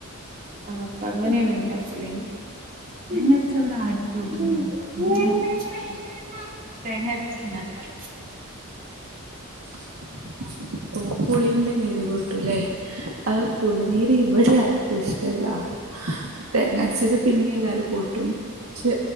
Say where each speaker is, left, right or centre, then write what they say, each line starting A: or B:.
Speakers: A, on the right (about 40°); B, on the right (about 75°).
A: ആ അപ്പൊ അങ്ങനെയാണ് <unintelligible> തേങ്ങ അരച്ചവിടെ ആരിക്കും <unintelligible> തേങ്ങ അരച്ചു ഉണ്ടാക്ക
B: <inaudible> ഓ പുളിന്റെ നീരു ഇല്ലേ ആ പുളിനീര് ഇവിടെ ആർക്കും ഇഷ്ടല്ല തേങ്ങാരച്ചത് പിന്നെ എല്ലാരും കൂട്ടും പക്ഷെ